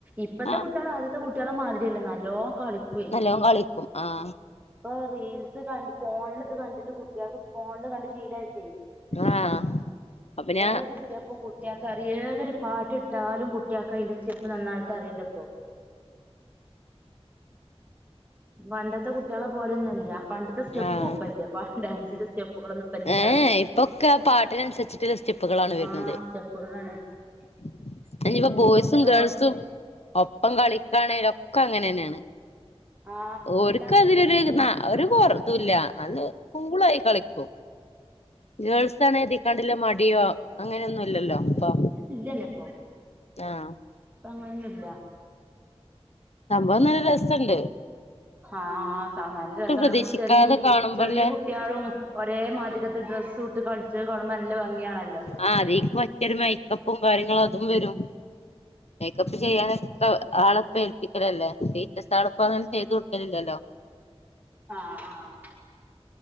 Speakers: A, on the right (about 15°); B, on the left (about 80°).
A: ഇപ്പത്തെ
B: ആഹ്
A: കുട്ട്യാള അത് ത്തെ കുട്ട്യാളെ മാതിരിയല്ല നല്ലോം കളിക്കുവേ
B: നല്ലോം കളിക്കും ആഹ്
A: ഇപ്പൊ റീൽസ് കണ്ട് ഫോണിൽ ഇത് കണ്ടിട്ട് കുട്ടി കുട്ട്യാക്ക് ഫോണില് കണ്ട് ശീലായിട്ടേ
B: ആഹ് അപ്പൊ ഞാൻ
A: എത് സ്റ്റെപ്പും കുട്ട്യാക്കറിയും ഏതൊരു പാട്ടിട്ടാലും കുട്ട്യാക്ക് അയിന്റെ സ്റ്റെപ്പ് നന്നായിട്ട് അറിയല്ലൊ ഇപ്പോ പണ്ടത്തെ കുട്ട്യാളെ പോലെ ഒന്നുംല്ല പണ്ടത്തെ സ്റ്റെപ്പും
B: ആഹ്
A: ഇപ്പല്ല്യ ഡാൻസിന്റെ സ്റ്റെപ്പുകളൊന്നും ഇപ്പ ഇല്ല്യാണും
B: ഏഹ് ഇപ്പൊക്കെ ആ പാട്ടിനനുസരിച്ച് സ്റ്റെപ്പുകളാണ് വരുന്നത്
A: ആഹ സ്റ്റെപ്കളാണ്
B: <unintelligible> ബോയ്സും ഗേൾസും
A: ഓ
B: ഇപ്പം കളിക്കാണേലൊക്കെ അങ്ങനെ തന്നെയാണ്
A: ആഹ് ഫുള്ള്
B: ഓരിക്ക്
A: അങ്ങനെന്നെയാണ്
B: അതിലൊരു ന ഒരു കൊറതല്ല നല്ല കൂളായി കളിക്കും ഗേൾസ് ആണ എഴതിക്കാണ്ടില്ല മടിയോ അങ്ങനെയൊന്നും ഇല്ലല്ലോ അപ്പൊ
A: ഇതന്നെപ്പോ
B: ആഹ്
A: ഇപ്പൊ അങ്ങനെയൊന്നും ഇല്ല
B: സംഭവം നല്ല രസുണ്ട്
A: ആഹ് ന രസമാണ്ക്ക
B: പ്രതീക്ഷിക്കാതെ
A: ചെറിയ
B: കാണുമ്പോല്ലേ
A: ചെറിയ കു- കുട്ടിയാളും ഒരേ മാദ്യകത്ത് ഡ്രസ്സ്ട്ട് കളിച്ച കാണുമ്പ നല്ല ഭംഗിയാണല്ലോ
B: ആ അതേക്ക്പറ്റിയ മേക്കപ്പും കാര്യങ്ങളും അതും വരും മേക്കപ്പ് ചെയ്യാനൊക്കെ ആളപ്പ ഏൽപ്പിക്കലല്ലേ ടീച്ചസ് ആളപ്പ അങ്ങനെ ചെയ്ത് കൊടുക്കലില്ലല്ലോ
A: ആഹ് ആഹ്